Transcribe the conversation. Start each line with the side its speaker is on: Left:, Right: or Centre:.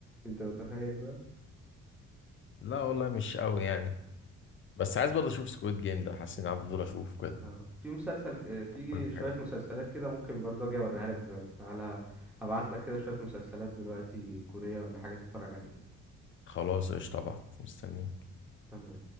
Centre: انت متخيل بقى
Left: لا والله مش قوي يعني بس عايز برضه اشوف سكويد جيم ده حاسس اني عندي فضول اشوفه
Centre: اه في مسلسل ك- آه، في
Left: كده
Centre: شوية مسلسلات كده ممكن برضو اجي اوريها لك دلوقتي تعالى هبعت لك كده شوية مسلسلات دلوقتي كورية ولا حاجة تتفرج عليها
Left: خلاص قشطة طبعا مستنيك
Centre: تمام